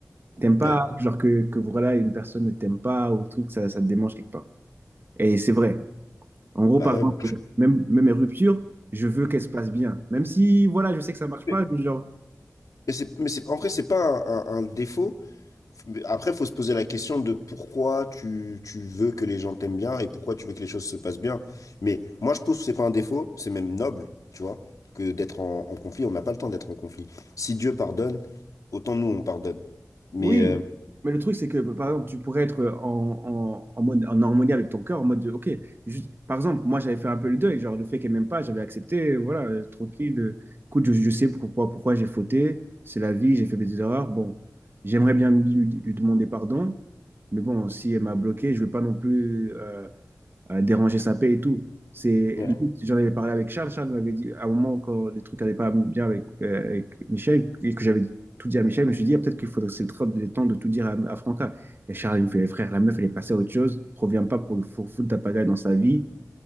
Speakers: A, on the right (about 40°); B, on the left (about 85°).
A: T'aimes pas
B: Ouais.
A: genre que, que voilà une personne ne t'aime pas ou truc ça, ça te démange quelque part. Et c'est vrai. En gros
B: Bah
A: par
B: ouais,
A: exemple
B: moi, je suis
A: même même mes ruptures, je veux qu'elles se passent bien. Même si voilà je sais que ça marche
B: désolé.
A: pas, mais genre
B: Mais c'est, mais c'est, en vrai, c'est pas un, un- un défaut. Mais Après, faut se poser la question de pourquoi tu, tu veux que les gens t'aiment bien et pourquoi tu veux que les choses se passent bien. Mais moi, je trouve que c'est pas un défaut, c'est même noble, tu vois, que d'être en, en conflit. On n'a pas le temps d'être en conflit. Si Dieu pardonne, autant nous, on pardonne. Mais
A: Oui,
B: euh,
A: mais le truc, c'est que, par exemple, tu pourrais être en, en, en mode, en harmonie avec ton cœur, en mode de, OK, juste, par exemple, moi, j'avais fait un peu le deuil, genre le fait qu'elle m'aime pas, j'avais accepté, voilà, euh, tranquille, euh, écoute, je, je sais pourquoi, pourquoi j'ai fauté, c'est la vie, j'ai fait des erreurs, bon, j'aimerais bien lui, lui demander pardon, mais bon, si elle m'a bloqué, je veux pas non plus euh, euh, déranger sa paix et tout. C'est
B: Ouais.
A: limite, j'en avais parlé avec Charles. Charles m'avait dit, à un moment, quand les trucs n'allaient pas bien avec, euh, avec Michel, et que j'avais tout dit à Michel, je me suis dit, ah, peut-être qu'il faudrait, c'est le temps le temps de tout dire à, à Franca. Et Charles, il me fait, frère, la meuf, elle est passée à autre chose, reviens pas pour le fou- foutre ta pagaille dans sa vie,